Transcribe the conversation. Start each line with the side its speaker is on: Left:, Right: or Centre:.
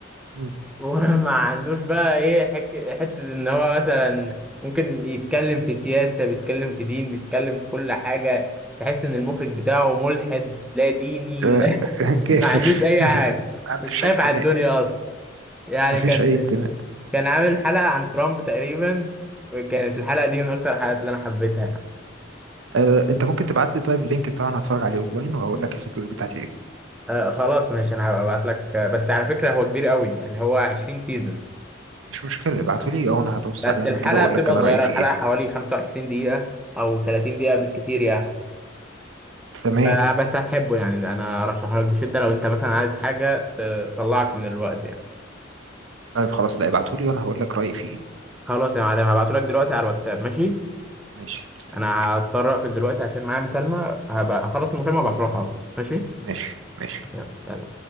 Right: مم.
Centre: <laughs> وما عندوش بقى ايه حك... حته ان هو مثلا ممكن يتكلم في سياسه بيتكلم في دين بيتكلم في كل حاجه تحس ان المخرج بتاعه ملحد لا ديني
Right: آه،
Centre: لا
Right: <laughs>
Centre: <laughs>
Right: كافر
Centre: ما عندوش اي
Right: <laughs>
Centre: حاجه
Right: ما عندوش
Centre: مش خايف
Right: اي انتماء
Centre: على الدنيا اصلا يعني
Right: ما فيش
Centre: كان
Right: اي انتماء
Centre: كان عامل حلقه عن ترامب تقريبا كانت
Right: مم.
Centre: الحلقه دي من اكتر الحلقات اللي انا حبيتها
Right: آه، انت ممكن تبعت لي طيب اللينك بتاعه انا هتفرج عليه اونلاين وهقول لك الفيديو بتاعتي ايه
Centre: آه خلاص ماشي انا هبعت لك آه، بس على فكره هو كبير قوي يعني هو 20 سيزون
Right: مش مشكله ابعته لي او انا هبص
Centre: بس
Right: عليه
Centre: الحلقه
Right: انا كده واقول
Centre: بتبقى
Right: لك انا
Centre: صغيره
Right: رايي فيه
Centre: الحلقه
Right: ايه
Centre: حوالي 25 دقيقه او 30 دقيقه بالكتير يعني
Right: تمام
Centre: ف- بس هتحبه يعني انا ارشحه لك بشده لو انت مثلا عايز حاجه تطلعك من الوقت يعني
Right: طيب خلاص لا ابعته لي وانا هقول لك رايي فيه ايه
Centre: خلاص يا معلم هبعته لك دلوقتي على الواتساب ماشي
Right: ماشي مستنيك
Centre: انا هضطر اقفل دلوقتي عشان معايا مكالمه هبقى اخلص المكالمه وابعته لك على طول ماشي
Right: ماشي ماشي
Centre: يلا.